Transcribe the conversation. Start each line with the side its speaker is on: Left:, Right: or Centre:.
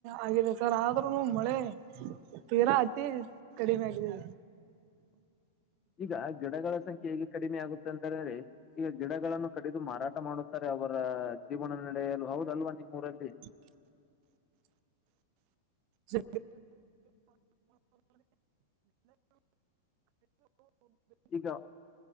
Right: ಆಗಿದೆ ಸರ್ ಆದ್ರೂನು ಮಳೆ ತೀರಾ ಆ ಅತಿ ಕಡಿಮೆಯಾಗಿದೆ
Left: ಈಗ ಗಿಡಗಳ ಸಂಖ್ಯೆ ಹೇಗೆ ಕಡಿಮೆ ಆಗುತ್ತೆ ಅಂತಂದ್ರೆ ಈಗ ಗಿಡಗಳನ್ನು ಕಡಿದು ಮಾರಾಟ ಮಾಡುತ್ತಾರೆ ಅವರ ಜೀವನ ನಡೆಯಲು ಹೌದಲ್ವಾ ನಿಮ್ಮ್ೂಊರಲ್ಲಿ
Right: <inaudible> ಸಿ
Left: ಈಗ